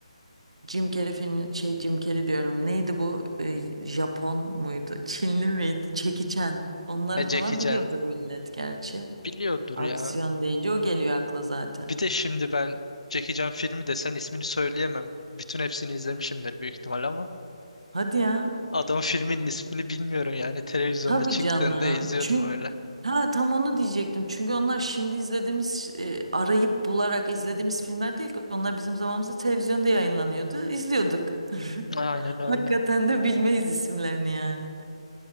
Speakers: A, on the right; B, on the left.
A: Jim Carrey filmi şey Jim Carrey diyorum. Neydi bu? Ee, Japon muydu? Çinli miydi? Jackie Chan. Onları
B: E
A: falan
B: Jackie
A: biliyordur
B: Chan
A: millet gerçi.
B: biliyordur
A: Aksiyon
B: ya
A: deyince o geliyor akla zaten.
B: Bir de şimdi ben Jackie Chan filmi desen ismini söyleyemem. Bütün hepsini izlemişimdir büyük ihtimal ama
A: Hadi ya.
B: adamın filminin ismini bilmiyorum yani. Televizyonda
A: Tabii
B: çıktığında
A: canım.
B: izliyordum
A: Çünkü
B: öyle.
A: ha tam onu diyecektim. Çünkü onlar şimdi izlediğimiz e, arayıp bularak izlediğimiz filmler değil ki. Onlar bizim zamanımızda televizyonda yayınlanıyordu. İzliyorduk. <laughs>
B: Aynen öyle.
A: Hakikaten de bilmeyiz isimlerini yani.